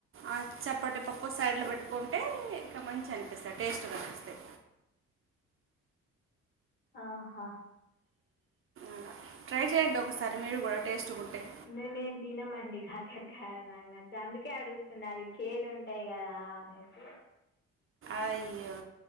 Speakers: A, on the right (about 45°); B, on the left (about 35°).
A: ఆ చప్పటి పప్పు సైడ్లో పెట్టుకుంటే ఇంకా మంచిగా అనిపిస్తాయి టేస్ట్ గఅనిపిస్తాయి
B: ఆహా
A: అలా ట్రై చేయండి ఒకసారి మీరు కూడా టేస్ట్ ఉంటాయి
B: మేము తినమండి కాకరకాయ నాకు నచ్చ అందుకే అడుగుతున్నా అవి చేది ఉంటాయి కదా నేసి
A: అయ్యో